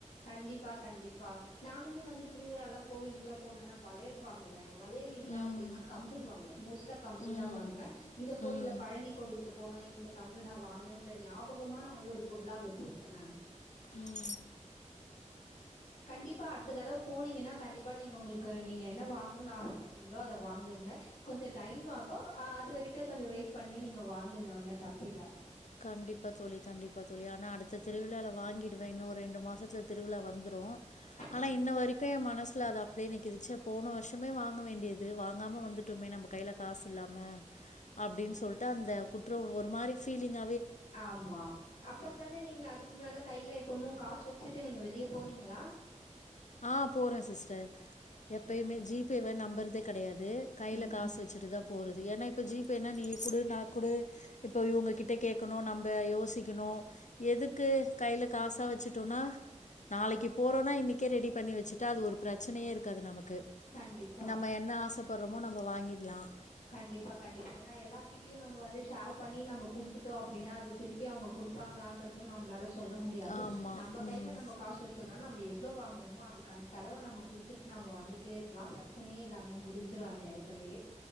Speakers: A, on the left (about 85°); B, on the left (about 70°).
A: கண்டிப்பா கண்டிப்பா நானுமே வந்து திருவிழாலா கோவிலுக்கெல்லா போனன்னா வளையல் வாங்குவேன் வளையல் இல்ல
B: ம்.
A: அப்படின்னா கம்பல் வாங்குவேன். மோஸ்ட்டா கம்பல்
B: ம்.
A: தான் வாங்குவேன். இந்த கோவில்ல
B: ம்.
A: பழனி கோவிலுக்கு போனா இந்த கம்பல் நான் வாங்குனேன்ற ஞாபகமா நான் ஒவ்வொரு பொருளா வெச்சிருக்கேன் நானு
B: உம்
A: கண்டிப்பா அடுத்த தடவை போனீங்கன்னா கண்டிப்பா நீங்க உங்களுக்கு நீங்க என்ன வாங்கணும்னு ஆசைப்பட்டீங்களோ அத வாங்குங்க. கொஞ்சம் டைம் ஆகும்ஹ் அது வரைக்கும் கொஞ்சம் வெயிட் பண்ணி நீங்க வாங்குங்க ஒண்ணும் தப்புல்ல
B: கண்டிப்பா தோழி கண்டிப்பா தோழி. ஆனா அடுத்த திருவிழால வாங்கிடுவேன். இன்னும் ஒரு ரெண்டு மாசத்துல திருவிழா வந்துடும்
A: சரி
B: ஆனா இன்ன வரைக்கும் என் மனசுல அது அ அப்படியே நிக்குது. ச்செ போன வருஷமே வாங்க வேண்டியது வாங்காம வந்துட்டமே. நம்ம கைல காசு இல்லாம அப்படின்னு சொல்ட்டு அந்த குற்ற ஒரு மாரி ஃபீலி்ங்
A: ஆமா அப்பத்துல இருந்து நீங்க அதுக்கு மேல கைல இப்பமும் காசு வெச்சுட்டு நீங்க வெளியே போறீங்களா?
B: ஆஹ் போறேன் சிஸ்டர். எப்பயுமே ஜிபே வே நம்பறதே கெடையா து கைல
A: ம்
B: காசு வெச்சுட்டு தான் போறது, ஏன்னா இப்ப ஜிபே நீ குடு நா கு குடு. இப்ப இவுங்ககிட்ட கேக்கணும் நம்ம யோசிக்கணும் எதுக்கு கைல காசா வெச்சுட்டோம்னா நாளைக்கு போறோனா இன்னைக் கே ரெடி பண்ணி வெச்சுட்டா அது ஒரு பிரச்சனையே இருக்காது நம க்கு.
A: கண்டிப்பா
B: நம்ம என்ன ஆசைப் பறமு நம்ம வாங்கிக்கலாம்
A: கண்டிப்பா கண்டிப்பா ஏன்னா எல்லார் கிட்டயும் நம்ம வந்து ஷேர் பண்ணி நம்ம குடுத்துட்டோம் அப்படின்னா அது திருப்பி அவுங்க குடுப்பாங்களான்ன்றதும் நம்மளால சொ சொல்ல முடியாது
B: ஆமா
A: நம்ப
B: ம்
A: கையில நம்ம காசு வச்சிருந்த நம்ம எ எவ்ளோ வாங்குறோமோ அதுக்கான செலவ நம்ம குடுத்துட்டு நம்ம வந்துட்டே இருக்லா பிரச்னையே இல்லாம முடிஞ்சிடு அந்த எடத்துலே